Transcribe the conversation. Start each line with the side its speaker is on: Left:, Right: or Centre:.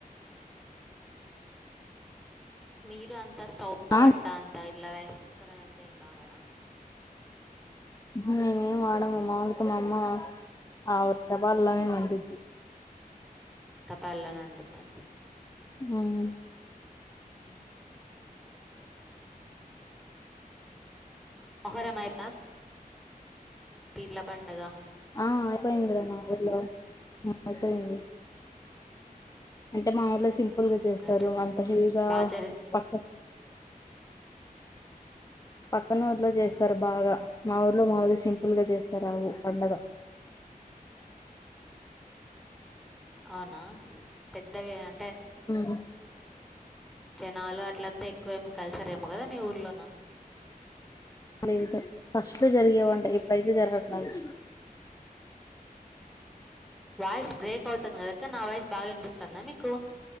Centre: మీరు అంతా స్టవ్
Left: మరి
Centre: వంట అంతా ఇట్లా రైస్ కుక్కర్ అద అంతా ఏం వాడర
Left: ఇ మేం ఏం వాడము వాడితే మా అమ్మ ఆ తపాలోనే వండి
Centre: తపాల్లోనే వండిద్దా
Left: ఉమ్
Centre: హ మొహరమైద పీర్ల పండగ
Left: ఆ అయిపోయింది రా మా ఊర్లో అయిపోయింది అంటే మాఊర్ళ సింపుల్ గా చేస్తారు
Centre: అయిపోయిందా
Left: అంత హెవీగా
Centre: బాగా జరి
Left: పక్క పక్కన ఊర్లో జేస్తారు
Centre: ఆ,
Left: బాగా మా ఊర్లో మా ఊరి సింపుల్ గా చేస్తారవు పండగ
Centre: అవునా పెద్దగా ఏ
Left: మ్
Centre: అ <unintelligible> జనాలు అట్లంతా ఎక్కువే కలిసారేమో కదా మీ ఊర్లో నా
Left: లేదు ఫస్ట్ లో జరిగేవంట ఇప్పుయితే జరగట్లేదు
Centre: వాయిస్ బ్రేక్ అవుతుందక్కా నా వాయిస్ బాగా వినిపిస్తుందా మీకు